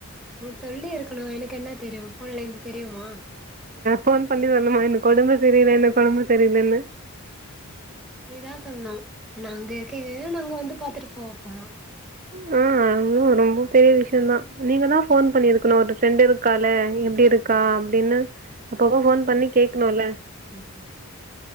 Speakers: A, in the centre; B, on the right (about 35°).
A: நீ சொல்லி இருக்கணும் எனக்கு என தெரியும் <unintelligible> தெரியுமா
B: போன் பண்ணி வரணுமா எனக்கு உடம்பு செரியல என்ன உடம்பு செரியலன்னு
A: நீதான் சொல்லனும் நாங்க இருகிக நாங்க வந்து பாத்துட்டு போக போறோம்
B: ஹா ஆளு ரொம்ப பெரிய விசயம் தான் நீங்க தான் போன் பண்ணிருக்கணும் ஒரு ப்ரெண்ட் இருக்காலே எப்டி இருக்கா அப்டின்னு அப்பப்ப போன் பண்ணி கேக்கணும்ல
A: ம்